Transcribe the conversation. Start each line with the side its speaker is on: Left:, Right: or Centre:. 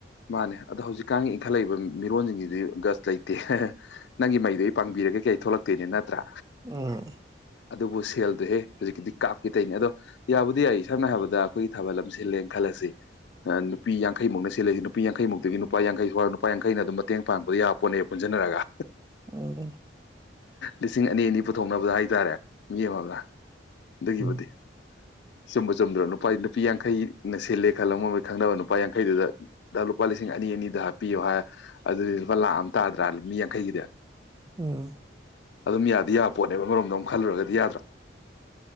Left: ꯃꯥꯅꯦ ꯑꯗ ꯍꯧꯖꯤꯛ ꯀꯥꯡꯥꯡ ꯏꯪꯠꯂꯛꯏꯕ ꯃꯤꯔꯣꯟꯁꯤꯡꯁꯤ ꯒꯁ ꯂꯩꯇꯦ ꯅꯪꯒꯤ ꯃꯩꯗꯣ ꯑꯩ ꯄꯥꯡꯕꯤꯔꯒꯦ ꯀꯩ ꯊꯣꯛꯂꯛꯛꯇ ꯠꯇꯤꯅꯤ ꯅꯠꯇ꯭ꯔꯥ
Right: ꯎ
Left: ꯑꯗꯨꯕꯨ ꯁꯦꯜꯗꯣꯍꯦ ꯍꯧꯖꯤꯛꯀꯤꯗꯤ ꯀꯥꯞꯀꯦ ꯇꯩꯅꯤ ꯑꯗꯣ ꯌꯥꯕꯨꯗꯤ ꯌꯥꯏ ꯁꯝꯅ ꯍꯥꯏꯔꯕꯗ ꯑꯩꯈꯣꯏꯒꯤ ꯊꯥꯕꯜ ꯂꯝ ꯁꯤꯜꯂꯦꯅ ꯈꯜꯂꯁꯤ ꯅꯨꯄꯤ ꯌꯥꯡꯈꯩꯃꯨꯛꯅ ꯁꯤꯂꯁꯤ ꯅꯨ ꯅꯨꯄꯤ ꯌꯥꯡꯈꯩꯃꯨꯛꯇꯒꯤ ꯅꯨꯄꯥ ꯌꯥꯡꯈꯩ ꯁ꯭ꯋꯥꯗ ꯅꯨꯄꯥ ꯌꯥꯡꯈꯩꯅ ꯑꯗꯨꯝ ꯃꯇꯦꯡꯥꯡꯕꯗ ꯌꯥꯕꯄꯣꯅꯦꯕ ꯄꯨꯟꯟꯅꯔꯒ
Right: ꯑꯣ
Left: ꯂꯤꯁꯤꯡ ꯑꯅꯤ ꯑꯅꯤ ꯄꯨꯊꯣꯛꯅꯕꯗ ꯍꯥꯏꯇꯥꯔꯦ ꯃꯤ ꯑꯃꯝꯅ ꯗꯒꯤꯕꯗꯤ
Right: ꯎꯝ
Left: ꯆꯨꯝꯕ ꯆꯨꯝꯗ꯭ꯔꯣ ꯅꯨꯄꯥ ꯅꯨꯄꯤ ꯌꯥꯡꯈꯩꯅꯂ ꯍꯦꯜꯂꯝꯃꯣꯏ ꯈꯪꯅꯕ ꯅꯨꯄꯥ ꯌꯥꯡꯈꯩꯗꯨꯗ ꯂꯨꯄꯥ ꯂꯤꯁꯤꯡ ꯑꯅꯤ ꯑꯅꯤꯗ ꯍꯥꯞꯄꯤꯌꯣ ꯍꯥꯏ ꯑꯗꯨꯗꯤ ꯂꯨꯄꯥ ꯂꯥꯛ ꯑꯃ ꯇꯥꯗ꯭ꯔꯥ ꯃꯤ ꯌꯥꯡꯈꯩꯒꯤꯗꯤ
Right: ꯎꯝ
Left: ꯑꯗꯨꯝ ꯌꯥꯗꯤ ꯌꯥꯕ ꯄꯣꯠꯅꯦꯕ ꯑꯃꯔꯣꯝꯗ ꯑꯃꯨꯛ ꯈꯜꯂꯨꯔꯒꯗꯤ ꯌꯥꯗ꯭ꯔꯥ